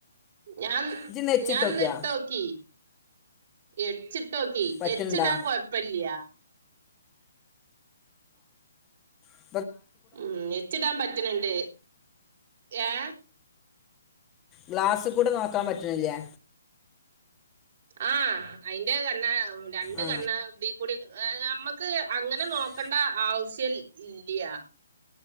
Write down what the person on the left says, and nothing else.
ഇജ്ജ് നെച്ചിട്ടോക്കിയാ
പറ്റ്ണ്ടാ
ആ
ഗ്ലാസ് കൂടെ നോക്കാൻ പറ്റ്ണില്ലേ
ആ
ഏഹ്